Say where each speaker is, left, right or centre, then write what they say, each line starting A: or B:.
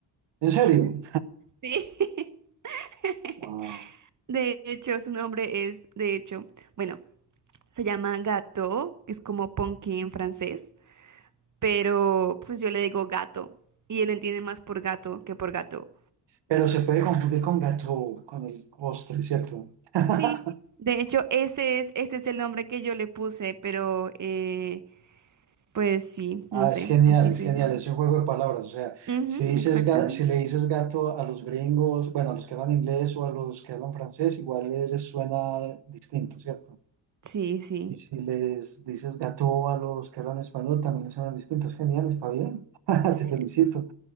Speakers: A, on the right; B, on the right.
A: ¿En serio?
B: Sí. <laughs>
A: Wow.
B: De hecho, su nombre es, de hecho, bueno, se llama Gato, es como Ponky en francés, pero pues yo le digo gato y él entiende más por gato que por gato.
A: Pero se puede confundir con gato, con el postre, ¿cierto? <laughs>
B: Sí, de hecho ese es, ese es el nombre que yo le puse, pero eh, pues sí, no
A: Ah,
B: sé,
A: es genial,
B: así se
A: es genial,
B: llama.
A: es un juego de palabras. O sea,
B: Ujú,
A: si dices
B: exactamente.
A: ga- si le dices gato a los gringos, bueno, a los que hablan inglés o a los que hablan francés, igual les suena distinto, ¿cierto?
B: Sí, sí.
A: Y si les dices gato a los que hablan español, también les suenan distintos. Genial, está bien. <laughs>
B: Sí,
A: Te felicito.